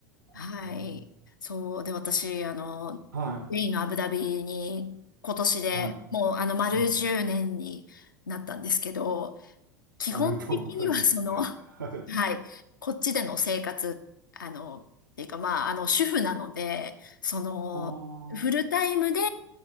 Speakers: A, on the left; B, on the right.
A: はい。
B: うん
A: そう。で、私、あの、
B: はい、
A: スペインのアブダビに今年でもう、
B: はい。
A: あの、丸10年になったんですけど、
B: うん
A: 基本的にはその、
B: おめでとうございます。<laughs> はい。
A: <laughs> はい、こっちでの生活、あの、っていうかまあ、あの、主婦なので、その、
B: あ
A: フルタイムで
B: あ、